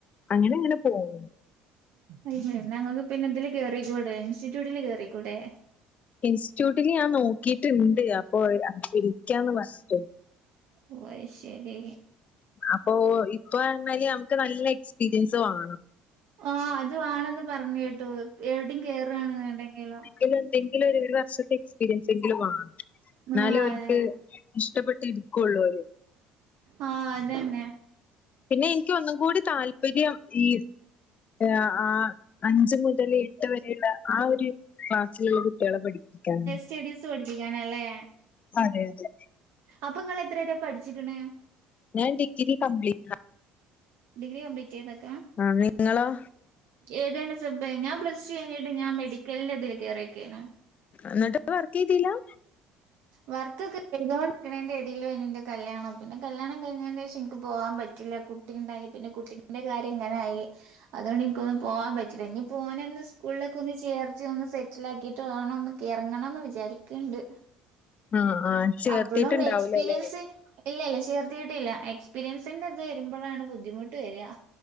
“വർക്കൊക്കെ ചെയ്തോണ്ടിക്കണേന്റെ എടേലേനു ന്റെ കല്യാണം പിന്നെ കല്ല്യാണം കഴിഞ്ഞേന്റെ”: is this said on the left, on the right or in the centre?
Right